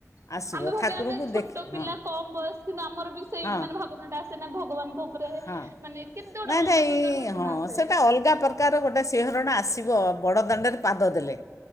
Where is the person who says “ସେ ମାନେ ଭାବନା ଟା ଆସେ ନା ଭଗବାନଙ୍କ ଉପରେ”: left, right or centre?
Right